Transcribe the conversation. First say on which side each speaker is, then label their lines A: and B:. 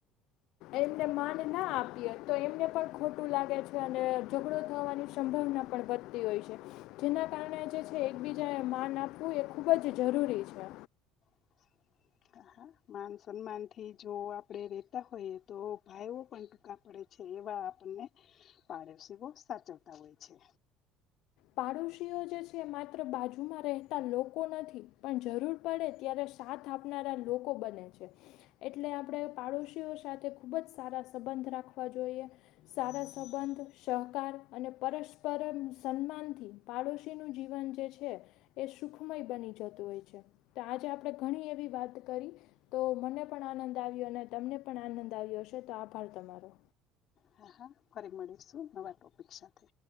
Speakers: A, on the left; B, on the left.
A: એમને માન ના આપીએ તો એમને પણ ખોટું લાગે છે, અને ઝઘડો થવાની શ ભાવના પણ વધતી હોય છે, જેના કારણે જે છે, એકબીજાએ માન આપવું એ ખૂબ જ જરૂ રૂરી છે.
B: <inaudible> માન સન્માનથી જો આપડે રેતા હોઈએ તો ભાઈઓ પણ ટૂંકા પડે છે, એવા આપને પાડોસીવો સાચવતા હોય છે.
A: પાડોશીઓ જે છે, માત્ર બાજુમાં રહેતા લોકો નથી પણ જરૂર પડે ત્યારે સાથ આપનારા લોકો બને છે, એટલે આપણે પાડોશી સાથે ખુબ જ સારા સબં બંધ રાખવા જોઈએ સારા સંબંધ સહકાર અને પરસ્પર સન્માનથી પાડોશીનું જીવન જે છે, એ સુખમય બની જતું હોય છે, તો આજે આપણે ઘણી એવી વાત કરી તો મને પણ આનંદ આવ્યો અને તમને પણ આનંદ આવ્યો હશે તો આભાર તમારો
B: હા હા ફરી મળીશું નવા ટોપિક સાથે